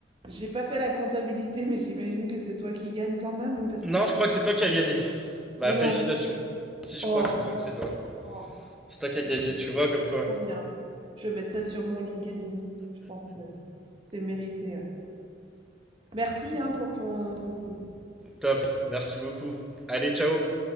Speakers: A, on the right; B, in the centre.
A: j'ai pas fait la comptabilité, mais j'imagine que c'est toi qui gagne quand même, parce
B: Non,
A: que...
B: je crois que c'est toi qui as gagné. Bah
A: Mais
B: félicitations.
A: non!
B: Si je
A: Oh!
B: crois qu'il me semble que c'est toi.
A: Oh!
B: C'est toi qui as gagné,
A: Je suis
B: tu
A: euh,
B: vois, comme quoi.
A: trop bien. Je vais mettre ça sur mon LinkedIn. Je pense que c'est mérité. euh. Merci, hein, pour ton, ton quiz.
B: Top, merci beaucoup. Allez, ciao